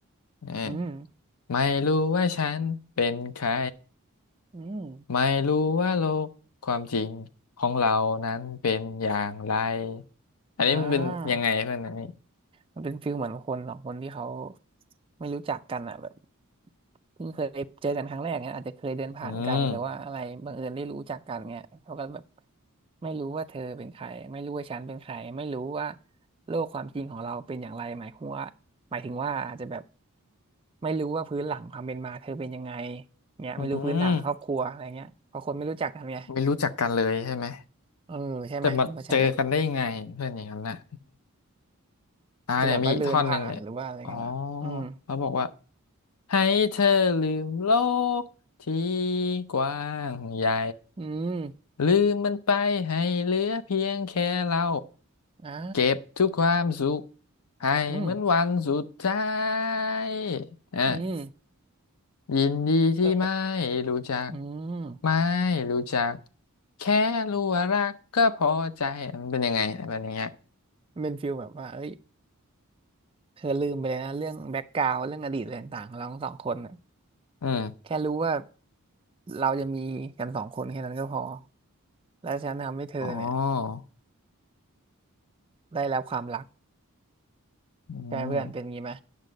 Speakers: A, on the left; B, on the right.
A: เออ
B: อืม
A: ไม่รู้ว่าฉันเป็นใคร
B: อืม
A: ไม่รู้ว่าโลกความจริงของเรานั้นเป็นอย่างไรอันนี้มันเป็นยังไงเพื่อนอันนี้
B: อ่า มันเป็นฟิลเหมือนคนสองคนที่เขาไม่รู้จักกันอ่ะแบบเพิ่งเคยเจอกันครั้งแรกเนี้ยอาจจะเคยเดินผ่านกันหรือว่าอะไรบังเอิญได้รู้จักกันเนี้ยเขาก็แบบ
A: อืม
B: ไม่รู้ว่าเธอเป็นใครไม่รู้ว่าฉันเป็นใครไม่รู้ว่าโลกความจริงของเราเป็นอย่างไรหมายหัวาหมายถึงว่าอาจจะแบบไม่รู้ว่าพื้นหลังความเป็นมาเธอเป็นยังไงเนี้ยไม่รู้พื้นฐานครอบครัวอะไรเงี้ยเพราะคนไม่รู้จักกันไง
A: อืมไม่รู้จักกันเลยใช่ไหม
B: เออใช่ไหมคุณว่าใช่ไหม
A: แต่มาเจอกันได้ยังไงเพื่อนอย่างนั้นน่ะ อ่าเนี่ยมีอีกท่อนหนึ่งเนี่ยอ๋อ
B: อาจจะแบบว่าเดินผ่านหรือว่าอะไรกันอ่ะอืม
A: เขาบอกว่าให้เธอลืมโลกที่กว้างใหญ่
B: อืม
A: ลืมมันไปให้เหลือเพียงแค่เรา
B: อ่า
A: เก็บทุกความสุขให้เหมือนวันสุดท้า
B: อืม
A: ยอ่ะ
B: อืม
A: ยินดีที่ไม่
B: เออ
A: รู้จัก
B: อืม
A: ไม่รู้จักแค่รู้ว่ารักก็พอใจมันเป็นยังไงมันเป็นอย่างเงี้ย
B: มันเป็นฟิลแบบว่าเอ้ยเธอลืมไปเลยนะเรื่องแบ็กกราว n ์เรื่องอดีตอะไรต่างๆของเราทั้งสองคนน่ะ
A: อืม
B: แค่รู้ว่าเราจะมีกันสองคนแค่นั้นก็พอแล้วฉันทำให้เธอเนี่ย
A: อ๋อ
B: ได้รับความรัก
A: อืม
B: ใช่ไหมเพื่อนเป็นงี้ไหม